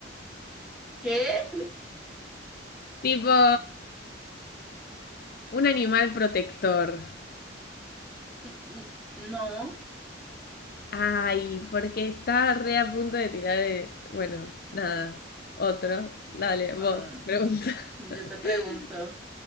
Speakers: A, in the centre; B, on the left.
A: ¿Qué?
B: <laughs> Tipo. Un animal protector.
A: N- n- No.
B: Ay, porque está re a punto de tirar de... Bueno, nada. Otro. Dale, vos,
A: Ah,
B: pregunta.
A: yo te
B: <laughs>
A: pregunto.